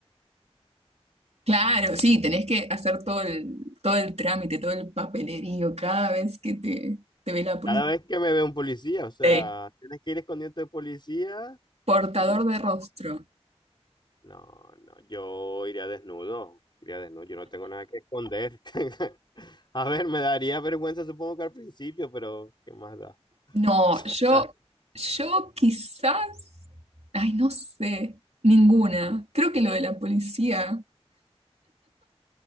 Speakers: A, on the right; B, on the left.
A: Claro, sí, tenés que hacer todo el, todo el trámite, todo el papelerío cada vez que te, te ve la policía.
B: Cada vez que me ve un policía, o sea,
A: Sí.
B: tienes que ir escondiendo de policía.
A: Portador
B: No,
A: de rostro.
B: no, no, yo iría desnudo, iría desnudo, yo no tengo nada que esconder. <laughs> A ver, me daría vergüenza supongo que al principio, pero ¿qué más da?
A: No,
B: <laughs>
A: yo, yo quizás, ay, no sé, ninguna. Creo que lo de la policía,